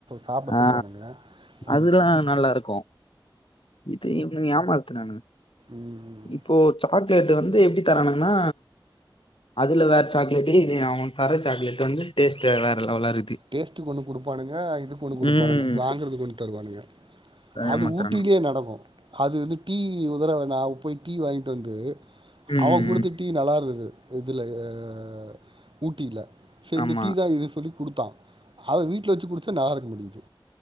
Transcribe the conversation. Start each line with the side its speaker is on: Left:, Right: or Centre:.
Right: சாப்ட சொல்லுவானுங்க
Left: ஆ
Right: வாங்கிக்கலாம்
Left: அதுல்லா நல்லா இருக்கு இது ஏமாத்துனானுங்க
Right: ம்
Left: இப்போ சாக்லேட் வந்து எப்டி தராணுங்கனா அதுல வேற சாக்லேட் இது அவன் தர சாக்லேட வந்து டேஸ்டா வேற லெவலா இருக்குது
Right: டேஸ்ட்டுக்கு ஒண்ணு கொடுப்பானுங்க இது கொண்ணு கொடுப்பானுங்க
Left: ம்
Right: வாங்குறதுக்கு ஒண்ணு தருவானுங்க அது
Left: ஏமாத்துறானுங்க
Right: ஊட்டிலே நடக்கும் அது வந்து டீ டீ உதரவன் நப்ப போய் டீ வாய்ப்பு வந்து
Left: ம்
Right: அவன்
Left: ம்
Right: குடுத்த
Left: ம்
Right: டீ நல்லா இருந்தது இதுல அஹ் ஊட்டில செ இந்த
Left: ஆமா
Right: டீ தான் இது சொல்லி குடுத்தான் அவ வீட்ல வச்சு கொடுத்த ந பா்கக்க முடியுது